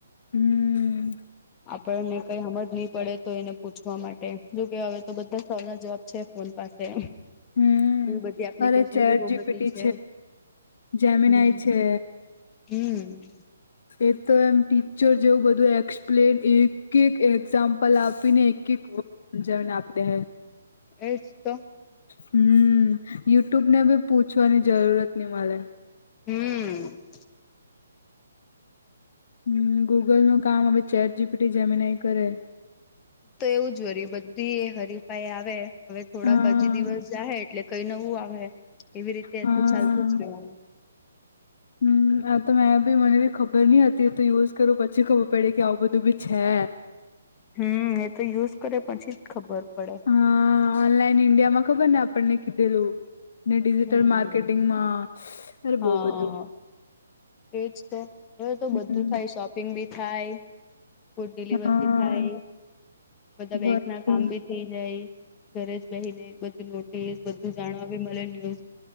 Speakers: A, on the left (about 50°); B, on the left (about 20°).
A: હમ
B: આપણને કંઈ હમજ નહીં પડે તો એને પૂછવા માટે. હવે તો બધા સવાલના જવાબ છે, ફોન પાસે.
A: હમ
B: એવી બધી એપ્લિકેશન
A: અરે ચેટ
B: ભી બહુ
A: જીપીટી
B: બધી છે,
A: જેમિનાય
B: હમ
A: છે
B: હમ
A: એતો એમ ટીચર જેવું બધું એક્સપ્લેન એક એક એક્ઝામ. પલ આપીને એક એક વજન આપે.
B: એજતો,
A: હમ યુટ્યુબને ભી પૂછવાની જરૂરત નહીં મળે.
B: હમ.
A: હમ ગૂગલનું કામ હવે ચેટ જીપીટી જેમીનઈ કરે.
B: તો એવું જ હોરી બધી હરીફાઈ આવે હવે થોડાક
A: હા
B: હજી દિવસ જાહે એટલે, કંઈ નવું આવે એવી રીતે
A: હા
B: તો ચાલતું જ રહેનું.
A: હમ. આતો મેં બી મને બી ખબર નહીં હતી તો યુઝ કરું પછી ખબર પડી કે આવું બધું બી છે.
B: હમ એતો યુઝ કરે પછી જ ખબર પડે.
A: હા ઓનલાઈન ઇન્ડિયામાં ખબરને આપણને કીધેલું. ને ડિજિટલ
B: હમ
A: માર્કેટિંગમાં અરે
B: હા
A: બહુ બધું.
B: એજ તો હવે તો બધું
A: હમ
B: થાય શોપિંગ બી થાય. ફૂડ ડિલિવર
A: હા
B: બી થાય બધા બેંક
A: બધું
B: ના કામ બી થઈ જાય ઘરે જ બહી ને બધું નોટી બધું જાણવા બી મળે ન્યૂઝ.